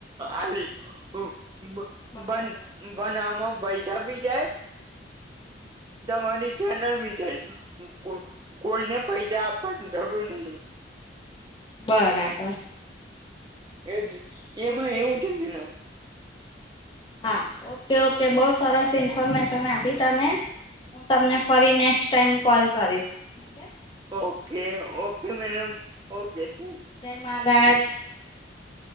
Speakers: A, on the right; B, on the left.
A: આલી આ બન
B: બરાબર
A: બન બનામાં <unintelligible> આપી દય
B: <inaudible>
A: તમારી ચેનલ ભી જાય <unintelligible> કોઈને પૈજ આપવાના જરૂર નહીં.
B: બરાબર.
A: એજ એમાં
B: ઓકે
A: એવું <unintelligible>
B: હા ઓકે ઓકે બો સરસ ઇન્ફોર્મેશન આપી તમે. હું તમને ફરી નેક્સ્ટ ટાઈમ કોલ કરીશ. Okay.
A: Okay okay madam okay ચ
B: જય મહારાજ.